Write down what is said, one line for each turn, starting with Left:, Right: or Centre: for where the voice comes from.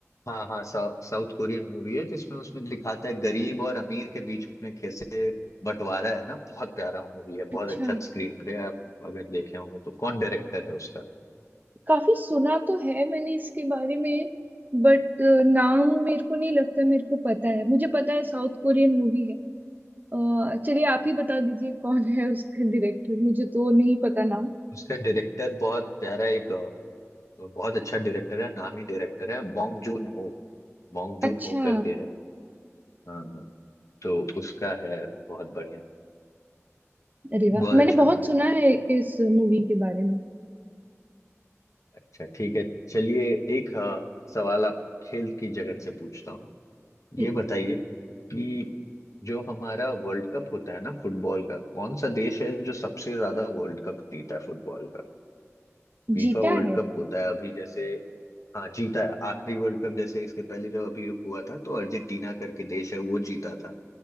Left: हाँ हाँ सा, साउथ कोरियन मूवी है जिसमें उसमें दिखाता है गरीब और अमीर के बीच में कैसे बंटवारा है ना बहुत प्यारा मूवी है
Right: अच्छा
Left: बहुत अच्छा स्क्रीन प्ले है आप अगर देखे होंगे तो कौन डायरेक्टर है उसका
Right: काफी सुना तो है मैंने इसके बारे में बट नाम मेरे को नहीं लगता मेरे को पता है मुझे पता है साउथ कोरियन मूवी है अ, चलिए आप ही बता दीजिए कौन है उसका डायरेक्टर मुझे तो नहीं पता नाम
Left: उसका डायरेक्टर बहुत प्यारा एक अ, बहुत अच्छा डायरेक्टर है नामी डायरेक्टर है Bong Joon Ho Bong
Right: अच्छा
Left: Joon Ho करके है हाँ हाँ तो उसका है बहुत बढ़िया
Right: अरे वाह
Left: बहुत
Right: मैंने
Left: अच्छा
Right: बहुत
Left: मूवी
Right: सुना है इस मूवी के बारे में
Left: अच्छा ठीक है चलिए एक अ, सवाल आप खेल की जगत से पूछता हूँ
Right: ठीक
Left: ये
Right: है
Left: बताइए कि जो हमारा वर्ल्ड कप होता है ना फुटबॉल का कौन सा देश है जो सबसे ज्यादा वर्ल्ड कप जीता है फुटबॉल का फीफा
Right: जीता
Left: वर्ल्ड
Right: है
Left: कप होता है अभी जैसे हाँ जीता है आखिरी वर्ल्ड कप जैसे इसके पहले जब अभी हुआ था तो अर्जेंटीना करके देश है वो जीता था